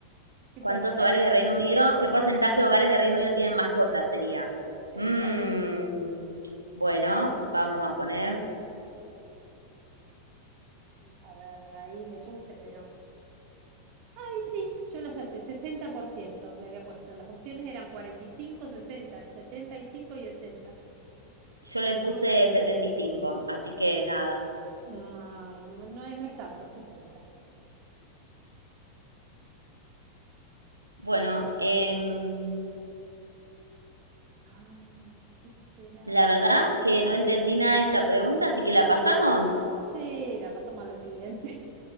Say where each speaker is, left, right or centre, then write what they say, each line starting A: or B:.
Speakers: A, on the right; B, on the right.
A: ¿Qué
B: ¿Cuántos
A: porcentaje
B: hogares
A: tiene?
B: de Reino Unido? ¿Qué porcentaje de hogares de Reino Unido tienen mascotas? Sería.
A: Exacto.
B: Mm, bueno, vamos a poner.
A: A ver, ahí le puse, pero... Ay, sí, yo lo acerté, 60% le había puesto. Las opciones eran cuarenta y cinco, sesenta, setenta y 80.
B: Yo le puse setenta y cinco. así que nada.
A: No, no, no, no es tanto, 60.
B: Bueno, em,
A: Ay, ¿qué será
B: la
A: eso?
B: verdad que no entendí nada de esta pregunta, así que la pasamos.
A: Sí, la pasamos a la siguiente. <laughs>